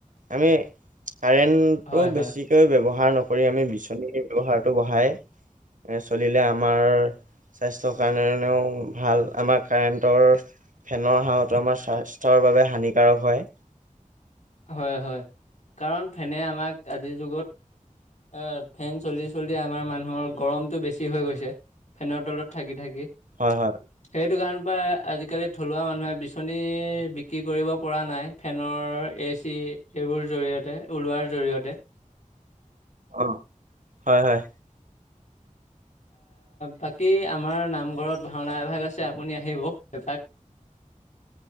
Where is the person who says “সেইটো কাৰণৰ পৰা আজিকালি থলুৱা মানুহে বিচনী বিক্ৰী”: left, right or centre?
Left